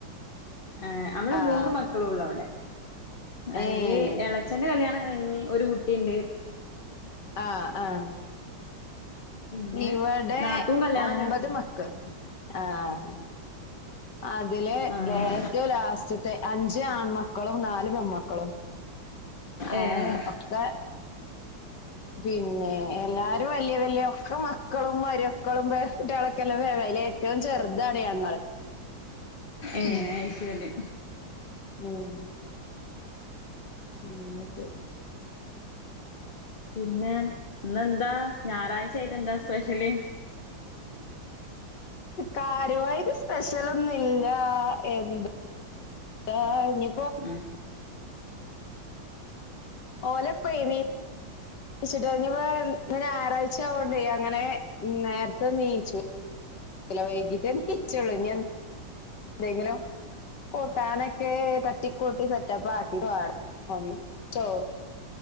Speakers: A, on the left (about 30°); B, on the left (about 60°).
A: ഏഹ്. നമ്മള്
B: ആഹ്
A: മൂന്ന് മക്കളൊള്ളു അവ്ടെ. അയില്
B: ഏഹ്
A: എളച്ചന്റെ കല്യാണം കഴിഞ്ഞ് ഒരു കുട്ടിണ്ട്.
B: ആഹ് ആഹ്
A: പിന്നെ
B: ഇവിടെ
A: നാത്തൂൻ കല്യാണം
B: ഒമ്പത്
A: കഴിച്ച്
B: മക്കൾ ആഹ് അതില്
A: ആഹ്
B: ഏറ്റവും ലാസ്റ്റത്തെ അഞ്ച് ആൺമക്കളും നൽ പെമ്മക്കളും
A: ഏഹ്
B: ആഹ് ഒക്കെ പിന്നെ എല്ലാരും വലിയ വല്യ ഒക്കെ മക്ക മക്കളും മരുക്കളും പേരക്കുട്ടലും ക്കെല്ലെ അയില് ഏറ്റവും ചെറുതാണ് ഞങ്ങള്
A: ഏഹ്
B: ഉം
A: അയ് ശരി
B: ഉം ഉം എന്നിട്ട്
A: പിന്നെ ഇന്നെന്താ ഞായറാഴ്ച ആയിട്ട് എന്താ സ്പെഷ്യല്
B: കാര്യവായിത് സ്പെഷ്യലൊന്നുംല്ല എന്ത് ആഹ് ഇനി
A: മ്
B: ഓലപ്പേ വീ ചിട്ടഴിഞ്ഞ് <unintelligible> ഇന്ന് ഞായറാഴ്ച ആവോണ്ടേ അങ്ങനെ നേരത്തെ നീച്ചു <inaudible> വെയ്ക്കിട്ടെ ണീച്ചോള്ളൂ ഇനി എന്തെങ്കിലും കൂട്ടാനൊക്കെ തട്ടികുട്ടി സെറ്റപ്പ് ആക്കിറ്റ് വേണം <unintelligible>